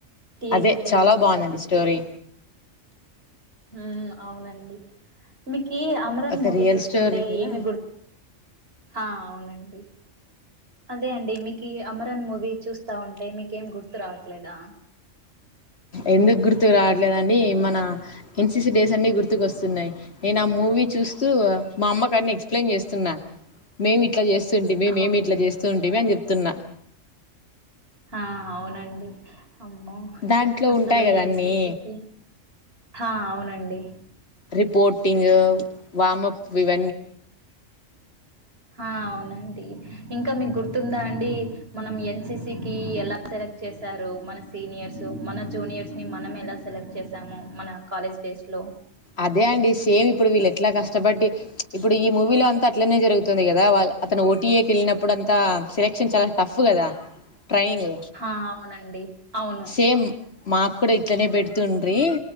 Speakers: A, on the right (about 50°); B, on the left (about 55°).
A: థియేటర్కి
B: అదే
A: వెళ్ళి
B: చాలా
A: చూసాను
B: బాగుందండి స్టోరీ
A: హ అవునండి మీ క అమరాన్
B: ఒక
A: మూవీ
B: రియల్
A: చూస్తుంటే
B: స్టోరీ కదా
A: ఏమి గుర్ అవునండి అదే అండి మీకు అమరన్ మూవీ చూస్తా ఉంటే మీకేం గుర్తు రావట్లేదా
B: ఎందుకు గుర్తుకు రావట్లేదండి మన ఎన్సిసి డేస్ అన్ని గుర్తుకు వస్తున్నాయి నేను ఆ మూవీ చూస్తూ మా అమ్మకాన్ని ఎక్సయిన్ చేస్తున్నా మేమి ఇట్లా చేస్తుూంట మే
A: ఆహా!
B: మేమి ఇట్లా చేస్తూ ఉంటంటివి అని చెప్తున్నా
A: ఆ అవునండి అమ్మో
B: దాంట్లో
A: అసలు
B: ఉంటాయి కదా
A: ఎంసీసీకి
B: అన్నీ
A: హ అవునండి
B: రిపోర్టింగ్ వప్ వివ
A: ఆ అవునండి ఇంకా మీకు గుర్తుందా అండి మనం ఎన్సిసి క ఎలా సెలెక్ట్ చేారు మన సీనియర్స్ మన జూనియర్స్ ని మన ఎలా సెలెక్ట్ చేసాము మన కాలేజ్ డేస్ లో
B: అదే అండి సేమ్ ఇప్పుడు వీళ్ళు ఎట్లా కష్టపట్టి ఇప్పుడు ఈ మూవీలో అంతా అట్లనే జరుగుతుంది కదా వా అతను ఓటీఏ క వెళ్ళినప్పుడు అంతా స సిలక్షన్ చాలా టఫ్ కదా ట్రైనింగ్
A: హా! అవునండి. అవును.
B: సేమ్ మాకు కూడా తనే బట్తుండ్రీ